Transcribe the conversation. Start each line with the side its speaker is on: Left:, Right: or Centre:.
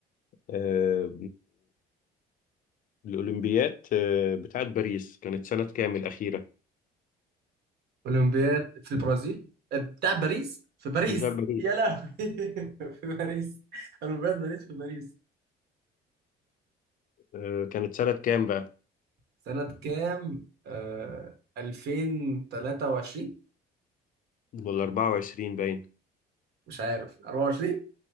Left: آه، الأولمبيات آه، بتاعت باريس كانت سنة كام الأخيرة؟
Right: اولمبياد في البرازيل آه، بتاع باريس في باريس
Left: بتاعت باريس
Right: يا لهوي <laughs> في باريس اولمبياد باريس في باريس
Left: آه، كانت سنة كام بقى؟
Right: سنة كام آه 2023
Left: ولا 24 باين
Right: مش عارف 24